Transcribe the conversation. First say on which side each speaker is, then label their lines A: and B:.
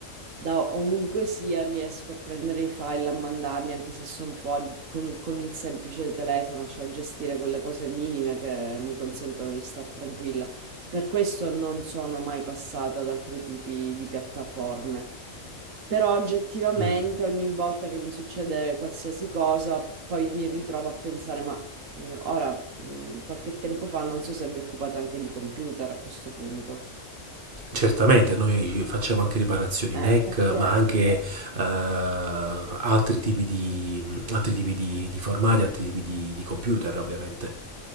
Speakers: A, on the right; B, on the right.
A: da ovunque sia riesco a prendere i file, a mandarli, anche se sono fuori, con, con il semplice telefono, cioè a gestire quelle cose minime che mi consentono di star tranquilla. Per questo non sono mai passata ad altri tipi di piattaforme. Però oggettivamente
B: mm,
A: ogni volta che mi succede qualsiasi cosa, poi mi ritrovo a pensare, ma mh, ora, mh, qualche tempo fa, non so se vi occupate anche di computer a questo punto.
B: Certamente, noi facciamo anche riparazioni
A: Ah,
B: Mac,
A: Eh, perché...
B: ma anche
A: eh,
B: eh, altri tipi di, altri tipi di, di formati, altri tipi di, di computer, ovviamente.